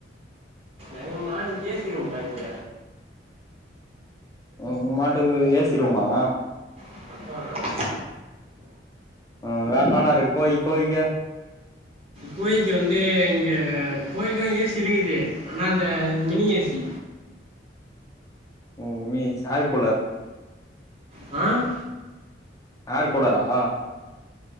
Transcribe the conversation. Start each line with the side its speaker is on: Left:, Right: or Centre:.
Right: எங்க மாடுக்கு ஏ சி ரூம்டா இங்க
Left: உங்மாட்டுக்கு ஏ சி ரூமா
Right: <unintelligible>
Left: ஆ வேற என்னலா இருக்கு கோழி கோழிக்கு
Right: கோழிக்கு வந்து இங்கே கோழிக்குலா ஏ சி இருக்குது ஆனா அந்த மினி ஏ சி
Left: ஓ mini A C air cooler
Right: அ
Left: ஏர் கூலரா